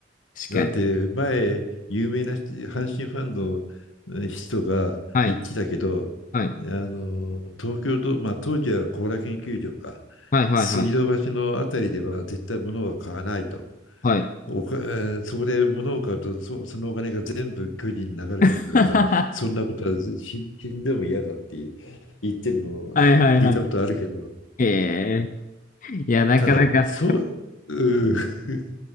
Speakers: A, on the left; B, on the left.
A: ー、確かに。
B: だって前、有名な人阪神ファンのえー人が言ってたけど、
A: はい。はい。
B: あの東京ド、まあ、当時は後楽園球場か、
A: はい。はい。
B: 水道橋のあたりでは絶対物は買わないと。
A: はい。はい。
B: おかえーそこで物を買うとそ、そのお金が全部巨人に流れていくから、
A: <laughs>
B: そんなことは死死んでも嫌だって言ってるのを聞いたことあるけど、
A: はい。はい。はい。ええー。いや、なかなか、
B: ただ、そう、うー <laughs>